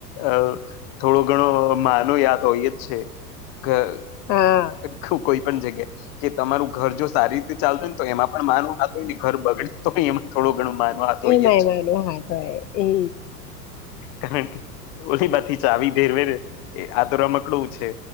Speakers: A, on the left; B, on the left.
A: અ થોડો ઘણો માનો યા તો ઈજ છે. અ
B: હા
A: કોઈ પણ જગ્યા કે તમારું ઘર જો સારી રીતે ચાલતું હોયને તો એમાં પણ મારુ આગળની ઘર બગડે. તો ક એમાં થોડું ઘણું માન આ તો હોય
B: એમાં
A: જ.
B: એમાંનો હાથ હોય એ
A: કારણ ઓલી બાથી ચાવી ઘેરવેેરે આ તો રમકડું છે.